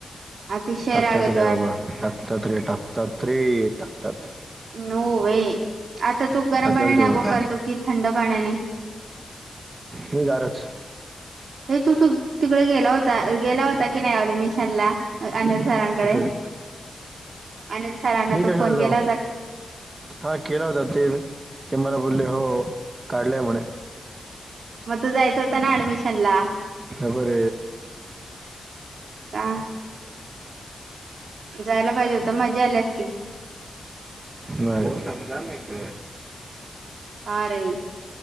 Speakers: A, on the right; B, on the right.
A: अतिशय
B: टाकतात
A: राग येतो
B: रे
A: यार
B: बाबा टाकतात रे टाकतात रे टाकतात...
A: नो वे आता तू
B: टाकतात
A: गरम पाण्याने
B: रे
A: अंघोळ
B: बाबा
A: करतो कि थंड पाण्याने....
B: मी गारच..
A: ये तू तू तिकडे गेला होता गेला होता की नाही ऍडमिशन ला अ.. अनिल सरांकडे
B: कुठे रे
A: अनिल सरांना
B: मी
A: तो
B: कशाला
A: फोन
B: जाऊ
A: केला होता का?
B: हा केला होता ते ते मला बोलले हो काढलंय म्हणे..
A: मग तू जायच होता ना ऍडमिशन ला...
B: त्या बर...
A: का जायला पाहिजे होत मज्जा आली असते..
B: म सजाेत
A: आरे..